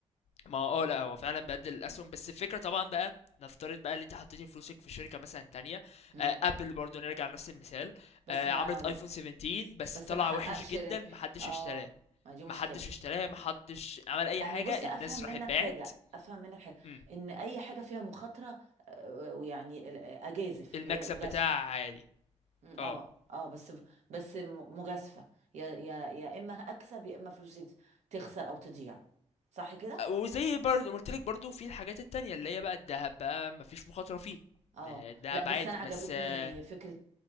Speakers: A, on the left (about 65°); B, on the right (about 80°).
A: ما اه لا هو فعلا بدل الاسهم بس الفكره طبعا بقى نفترض بقى اللي انت حطيتي فلوسك في شركه مثلا تانية
B: امم
A: آه، ابل برضو نرجع لنفس المثال
B: بس
A: آه،
B: ما
A: عملت ايفون 17 بس
B: بس
A: طلع
B: ما حققش
A: وحش جدا
B: ربح
A: محدش
B: اه
A: اشتراه
B: ما دي مشكلة
A: محدش اشتراها محدش عمل اي
B: يعني
A: حاجه
B: بص
A: الناس
B: افهم منك
A: راحت باعت
B: حاجة افهم منك حاجة
A: امم
B: ان اي حاجة فيها مخاطرة آه، ويعني ال- آه، اجازف
A: المكسب
B: هي مجازفة
A: بتاعها عالي
B: مم،
A: اه
B: اه اه بس بس م- مجازفة يا يا يا اما اكسب يا اما فلوسي تز- تخسر او تضيع صح كده
A: وزي برضه قلت لك برضه في الحاجات التانية اللي هي بقى الذهب بقى مفيش مخاطره فيه
B: اه
A: آه، الذهب
B: لا بس
A: عادي
B: انا عجبتني
A: بس آه،
B: فكرة